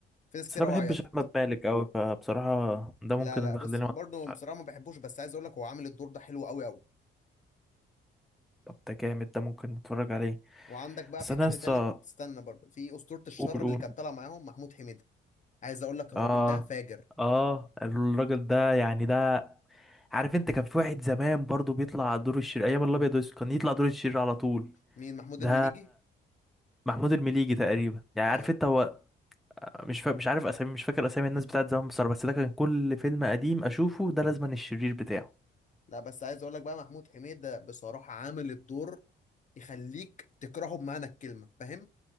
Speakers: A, on the left; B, in the centre.
A: في ناس
B: بس
A: كتير
B: انا
A: قوي
B: بحبش
A: عيطت
B: احمد مالك قوي فبصراحه ده
A: لا
B: ممكن
A: لا
B: اللي
A: بص
B: خلينا
A: برضه
B: ما نتفرجش عليه
A: بصراحه ما بحبوش بس عايز اقول لك هو عامل الدور ده حلو قوي قوي
B: طب ده جامد ده ممكن نتفرج عليه
A: وعندك بقى
B: بس
A: في
B: انا
A: حد
B: لسه
A: تالت استنى برضه في اسطوره الشر
B: قول
A: اللي
B: قول
A: كانت طالعه معاهم محمود حميده عايز اقول لك الراجل
B: اه
A: ده فاجر
B: اه الراجل ده يعني ده عارف انت كان في واحد زمان برضو بيطلع دور الشرير ايام الابيض والاسود كان يطلع دور الشرير على طول
A: مين محمود
B: ده
A: المنيجي
B: محمود المليجي تقريبا يعني
A: اه
B: عارف انت هو مش فا... مش عارف اسامي مش فاكر اسامي الناس بتاعت زمان بصراحه بس ده كان كل فيلم قديم اشوفه ده لازما الشرير بتاعه
A: لا بس عايز اقول لك بقى محمود حميدة بصراحة عامل الدور يخليك تكرهه بمعنى الكلمة فاهم